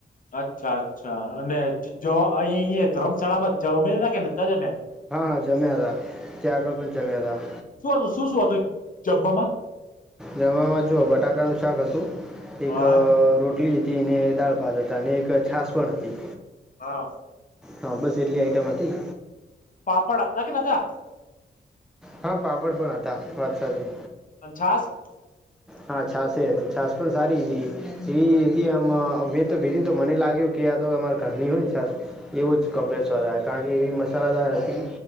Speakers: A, on the left; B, in the centre.
A: અચ્છા અચ્છા અને જો અ અ ધર્મશાળામાં જમે કે નતા જમેયા?
B: હા હા જમ્યા હતા ત્યાં આગળ પણ જમ્યા હતા.
A: શું હતું શું શું હતું જમવા માં?
B: જમવામાં જુઓ બટાકાનું શાક હતું, એક
A: હા
B: રોટલી હતી. તેને દાળ ભાત હતા અને એક છાસ પણ હતી.
A: હા
B: હા બસ એટલી આઈટમ હતી.
A: પાપડ હતા કે નતા.
B: હા પાપડ પણ હતા વાત સાચી.
A: અને છાસ <inaudible>
B: હા છાસ હતી છાસ પણ સારી હતી એવી હતી આમ મેં તો ભીધી તો મને લાગ્યું કે આયા તો અમારે ઘરની હોય ને સા એવો જ કમ્પ્લેસવાદ આવે કારણ કે એવી મસાલાદાર હતી.